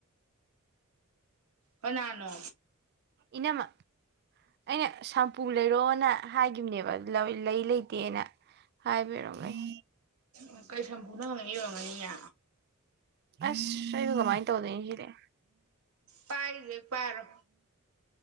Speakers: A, on the right; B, on the right.
A: ꯄꯅꯥꯅꯣ
B: ꯏꯅꯃ ꯑꯩꯅ ꯁꯝꯄꯨ ꯂꯩꯔꯛꯑꯣꯅ ꯍꯥꯏꯈꯤꯕꯅꯦꯕ ꯂꯩ ꯂꯩꯇꯦꯅ ꯍꯥꯏꯕꯤꯔꯝꯑꯣ ꯂꯩ
A: ꯑꯣ ꯀꯩ ꯁꯝꯕꯨꯅ ꯍꯪꯒꯅꯤ ꯌꯧꯔꯝꯒꯅꯤꯌꯦ
B: ꯑꯁ ꯏꯕ ꯀꯃꯥꯏꯅ ꯇꯧꯗ ꯌꯦꯉꯗꯤꯦ
A: ꯄꯥꯏꯁꯦ ꯄꯥꯔꯣ